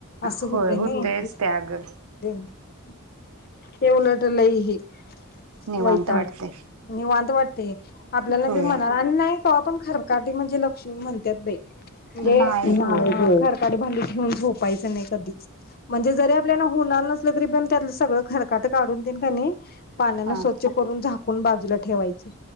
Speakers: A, on the left; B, on the right.
A: असं
B: होय
A: होतंय
B: होतयच
A: नाही
B: ते अगं
A: ते उलट लै ही
B: निवांत
A: वैताग
B: वाटतंय.
A: निवांत वाट ते आपल्याला
B: होय
A: भी म्हणाला आणि नाही त्या पण खरकाटी म्हणजे लक्ष्मी म्हणत्यात बई <unintelligible> खरं
B: नाही होय
A: खरकटी भांडी ठेवून झोपायचं नाही कधीच म्हणजे जरी आपल्याला होणार नसल तरी पण त्यातलं सगळं खरकाट काढून तेन क नाही पाण्यानं
B: हा
A: स्वच्छ करून झाक कोण बाजूला ठेवायची